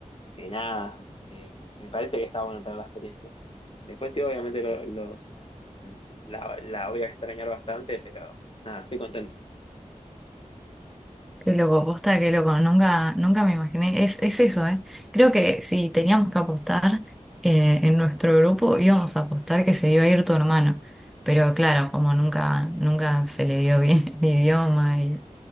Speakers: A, on the left; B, in the centre.
A: eh, nada, eh, me parece que está bueno tener la experiencia. Después sí, obviamente lo- los, la, la voy a extrañar bastante, pero nada, estoy contento.
B: Qué loco, posta, qué loco. Nunca, nunca me imaginé. Es, es eso, ¿eh? Creo que si teníamos que apostar eh, en nuestro grupo, íbamos a apostar que se iba a ir tu hermano. Pero claro, como nunca, nunca se le dio bien <laughs> el idioma y,